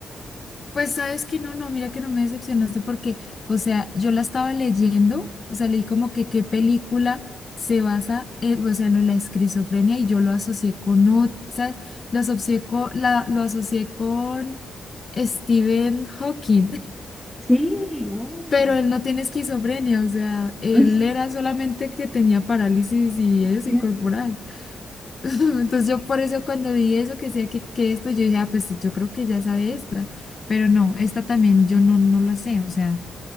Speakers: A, on the left; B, in the centre.
A: Pues sabes que no, no, mira que no me decepcionaste porque, o sea, yo la estaba leyendo, o sea, leí como que qué película se basa en, o sea, en lo de la esquizofrenia y yo lo asocié con otras, lo asocié con, la, lo asocié con Stephen Hawking, <laughs>
B: Sí, obvio.
A: pero él no tiene esquizofrenia, o sea, él
B: <laughs>
A: era solamente que tenía parálisis y eso,
B: Tienes
A: y corporal.
B: que-
A: <laughs> Entonces yo por eso cuando vi eso, que sé que, que esto, yo dije, ah, pues sí, yo creo que ya sabe esta, pero no, esta también yo no, no la sé, o sea,